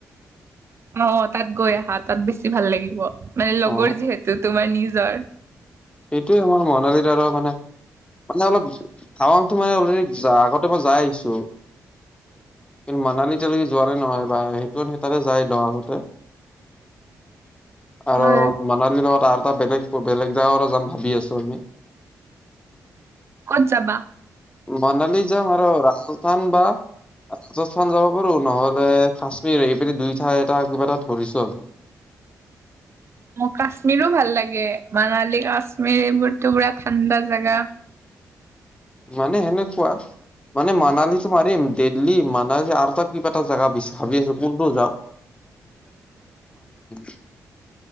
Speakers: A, on the right (about 40°); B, on the left (about 15°).
A: <inaudible> অ, তাত গৈ আহা। তাত বেছি ভাল লাগিব। মানে লগৰ
B: অ
A: যিহেতু তোমাৰ নিজৰ।
B: এইটোৱে আমা মানালী দ্বাৰা মানে মানে অলপ টাৱাংটো মানে অলৰেডি যা আগতে মই যাই আইছো। কিন মানালী এতিয়ালকে যোৱা নাই নহয় বাই। এইটো আমি তাতে যাই লও আগতে।
A: <inaudible>
B: আৰু
A: হয়
B: মানালী লগত আৰটা বেলেগ প বেলেগ জাগাও যাম ভাবি আছো আমি।
A: ক'ত যাবা?
B: মানালী যাম আৰু ৰাজস্থান বা ৰাজস্থান যাব পাৰো, নহলে কাশ্মীৰ এই পিনে দুই ঠাই এটা কিবা এটা ধৰিছো।
A: <inaudible> মোক কাশ্মীৰো ভাল লাগে, মানালী, কাশ্মীৰ এইবোৰতো পুৰা ঠাণ্ডা জাগা।
B: মানে সেনেকুৱা। মানে মানালীতো মাৰিম। দেডলি, মানালী আৰু এটা কিবা এটা জাগা বিচ ভাবি আছো কোনটো যাও। <unintelligible>